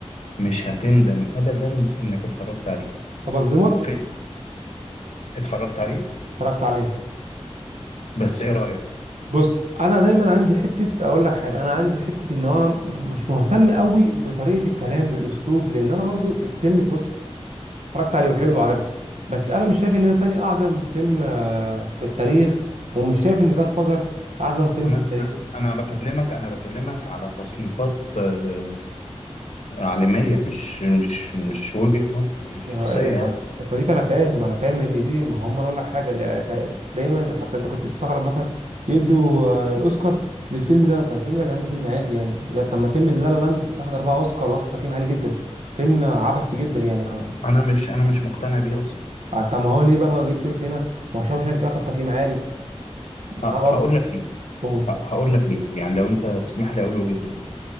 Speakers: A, on the left; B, on the right.
A: مش هتندم ابدا انك اتفرجت عليه
B: طب اصدمك
A: فيلم اتفرجت عليه
B: اتفرجت عليها
A: بس ايه رأيك
B: بص انا دايما عندي حته اقول لك حاجه انا عندي حته ان انا مش مهتم قوي بطريقه الكلام بالاسلوب لان انا برضو الفيلم بص اتفرجت عليه وحلو وعجبني بس انا مش شايف ان ده تاني اعظم فيلم آه، في التاريخ ومش شايف ان جاد فازر اعظم فيلم
A: انا
B: في التاريخ
A: انا انا بكلمك انا بكلمك على تصنيفات آه، عالمية مش مش مش وجهة نظر شخصية
B: يا
A: يعني
B: ص- يا صديقي انا فاهم انا فاهم ان دي ما هم أنا اقول لك حاجه لا، تا- دايما حتى انت كنت تستغرب مثلا يدوا آه، الاوسكار للفيلم ده طب الفيلم ده يا جدعان ده فيلم عادي يعني ده طب ما فيلم لا لا لاند اخد اربعه اوسكار واخد تقييم عالي جدا فيلم عبثي جدا يعني آه،
A: أنا مش أنا مش مقتنع بيه أصلا
B: آه، طب ما هو ليه بقى ما جيتش قلت هنا ما هو شاوشانك اخد تقييم عالي معاه
A: ه-
B: برضه
A: هقول لك ليه
B: قول
A: ه- هقول لك ليه يعني لو أنت تسمح لي أقول وجهة نظر